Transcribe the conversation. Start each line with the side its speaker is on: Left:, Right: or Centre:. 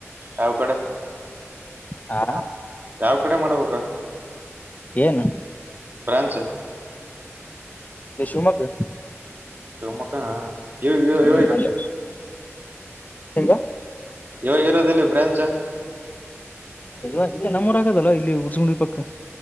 Right: ಯಾವ್ ಕಡೆ
Left: ಹಾ
Right: ಹ ಯಾವ್ ಕಡೆ ಮಾಡ್ಬೇಕು.
Left: ಏನು
Right: ಬ್ರ್ಯಾಂಚ್
Left: ಇ ಶಿವಮೊಗ್ಗ
Right: ಶಿವಮೊಗ್ಗನ ಇ ಇ
Left: ಹ್ಮ್ ಅಲ್ಲೇ ಹಿಂಗ
Right: ಇವಾಗ್ ಇರೋದಲ್ಲಿ ಬ್ರಾಂಚ.
Left: ಇವಗ್ ಇಲ್ಲೆ ನಮ್ಮರ ಆಗದಲ್ಲೂ ಇಲ್- <unintelligible> ಪಕ್ಕ